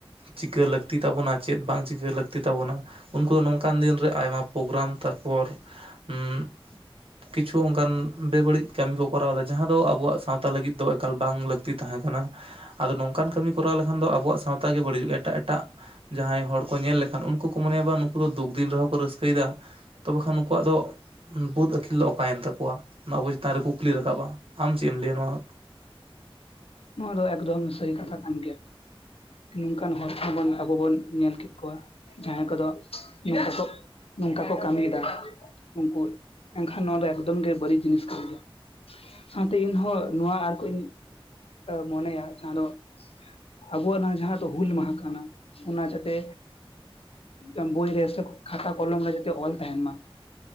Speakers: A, on the right; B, on the left.
A: ᱪᱤᱠᱟᱹ ᱞᱟᱹᱠᱛᱤ ᱛᱟᱵᱚᱱᱟ ᱪᱮᱫ ᱵᱟᱝ ᱪᱤᱠᱟᱹ <unintelligible> ᱞᱟ. ᱠᱛᱤ ᱛᱟᱵᱚᱱᱟ ᱩᱱᱠᱩ ᱫᱚ ᱱᱚᱝᱠᱟᱱ ᱫᱤᱱ ᱨᱮ ᱟᱭᱢᱟ ᱯᱨᱳᱜᱨᱟᱢ ᱛᱟᱨᱯᱚᱨ ᱩᱸᱜᱼᱼ ᱠᱤᱪᱷᱩ ᱚᱱᱠᱟᱱ ᱵᱮᱵᱟᱹᱲᱤᱡ ᱠᱟᱹᱢᱤ ᱠᱚ ᱠᱚᱨᱟᱣ ᱮᱫᱟ, ᱡᱟᱦᱟᱸ ᱫᱚ ᱟᱵᱚᱣᱟᱜ ᱥᱟᱶᱛᱟ ᱞᱟᱹᱜᱤᱫ ᱫᱚ ᱮᱠᱟᱞ ᱵᱟᱝ ᱞᱟᱹᱠᱛᱤ ᱞᱟᱹᱠᱛᱤ ᱛᱟᱦᱮᱸ ᱠᱟᱱᱟ᱾ ᱟᱫᱚ ᱱᱚᱝᱠᱟᱱ ᱠᱟᱹᱢᱤ ᱠᱚᱨᱟᱣ ᱞᱮᱠᱷᱟᱱ ᱫᱚ ᱟᱵᱚᱣᱟᱜ ᱥᱟᱶᱛᱟ ᱜᱮ ᱵᱟᱹᱲᱤᱡᱚᱜᱼᱟ, ᱮᱴᱟᱜ ᱮᱴᱟᱜ ᱡᱟᱦᱟᱸᱭ ᱦᱚᱲ ᱠᱚ ᱧᱮᱞ ᱞᱮᱠᱷᱟᱱᱼᱼ ᱟᱱ ᱩᱱᱠᱩ ᱠᱚ ᱢᱚᱱᱮᱭᱟ ᱵᱟ ᱱᱩᱠᱩ ᱫᱚ ᱫᱩᱠ ᱫᱤᱱ ᱨᱮᱦᱚᱸ ᱠᱚ ᱨᱟᱹᱥᱠᱟᱹᱭ ᱮᱫᱟ ᱛᱚᱵᱮ ᱠᱷᱟᱱ ᱱᱩᱠᱩᱣᱟᱜ ᱫᱚ᱾ ᱵᱩᱫ ᱟᱹᱠᱤᱞ ᱫᱚ ᱚᱠᱟᱭ ᱮᱱ ᱛᱟᱠᱚᱣᱟ ᱟᱵᱚ ᱪᱮᱛᱟᱱ ᱨᱮ ᱠᱩᱠᱞᱤ ᱨᱟᱠᱟᱵᱼᱟ ᱟᱢ ᱪᱮᱫ ᱮᱢ ᱞᱟᱹᱭᱟ ᱱᱚᱣᱟᱼᱼ
B: ᱱᱚᱣᱟ ᱫᱚ ᱮᱠᱫᱚᱢ ᱥᱟᱹᱦᱤ ᱠᱟᱛᱷᱟ ᱠᱟᱱ ᱜᱮᱭᱟ᱾ ᱱᱚᱝᱠᱟᱱ ᱦᱚᱲ ᱠᱚᱦᱚᱸ ᱵᱚᱱ ᱟᱵᱚ ᱵᱚᱱ ᱧᱮᱞ ᱠᱮᱫ ᱠᱚᱣᱟ ᱡᱟᱦᱟᱸᱭ ᱠᱚᱫᱚ ᱮᱢ ᱯᱚᱛᱼᱼ ᱱᱚᱝᱠᱟ ᱠᱚ ᱠᱟᱹᱢᱤᱭ ᱮᱫᱟ ᱩᱱᱠᱩ ᱢᱮᱱ ᱠᱷᱟᱱ ᱱᱚᱣᱟ ᱫᱚ ᱮᱠᱫᱚᱢ ᱜᱮ ᱵᱟᱹᱲᱤᱡ ᱡᱤᱱᱤᱥ ᱠᱟᱱ ᱜᱮᱭᱟ᱾ ᱥᱟᱶ ᱛᱮ ᱤᱧᱦᱚᱸ ᱱᱚᱣᱟ ᱟᱨᱠᱚᱧᱼᱼ ᱢᱚᱱᱮᱭᱟ ᱡᱟᱦᱟᱸ ᱫᱚᱼᱼ ᱟᱵᱚᱣᱟᱜ ᱱᱚᱣᱟ ᱡᱟᱦᱟᱸ ᱦᱩᱞ ᱢᱟᱦᱟ ᱠᱟᱱᱟ ᱚᱱᱟ ᱡᱟᱛᱮ, ᱚᱱ ᱵᱳᱭ ᱨᱮ ᱠᱷᱟᱛᱟ ᱠᱚᱞᱚᱢ ᱨᱮ ᱡᱟᱛᱮ ᱚᱞ ᱛᱟᱦᱮᱱ ᱢᱟ᱾